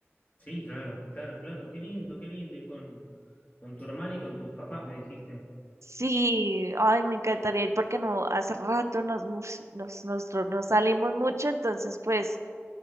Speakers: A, on the left; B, on the right.
A: Sí, claro, claro, claro. Qué lindo, qué lindo ir con, con tu hermana y con tus papás, me dijiste.
B: Sí, ay, me encantaría ir porque no, hace rato nos, mus- nos, nosotros no salimos mucho, entonces pues,